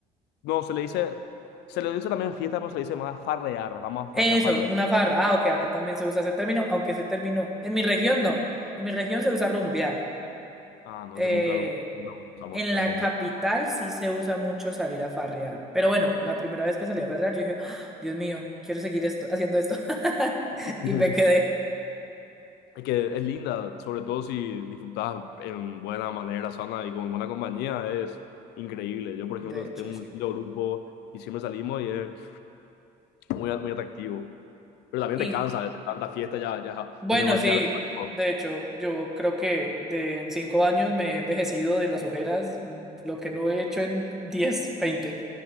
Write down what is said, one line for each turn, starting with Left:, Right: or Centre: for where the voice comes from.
Left: No, se le dice, se le dice también fiesta, pero se le dice más farrear. Vamos a
Centre: Eso,
Left: salir a farrear.
Centre: una farra. Ah, ok, acá también se usa ese término, aunque ese término, en mi región no. En mi región se usa rumbear.
Left: Ah, no
Centre: Eh,
Left: sé, nunca nosotros no usamos
Centre: En
Left: eso
Centre: la
Left: de rumbear.
Centre: capital sí se usa mucho salir a farrear. Pero bueno, la primera vez que salí a farrear, yo dije, "Ah, Dios mío, quiero seguir esto, haciendo esto. <laughs>
Left: <laughs>
Centre: Y me quedé.
Left: Es que es linda, sobre todo si disfrutas en buena manera, sana y con buena compañía, es increíble. Yo, por
Centre: De
Left: ejemplo,
Centre: hecho,
Left: tengo
Centre: sí.
Left: un lindo grupo y siempre salimos y es muy, muy atractivo. Pero también
Centre: Y
Left: te cansa, a veces tanta fiesta ya, ya,
Centre: bueno,
Left: ya te golpea
Centre: sí,
Left: el cuerpo.
Centre: de hecho, yo creo que de en cinco años me he envejecido de las ojeras, mm, lo que no he hecho en <laughs> diez veinte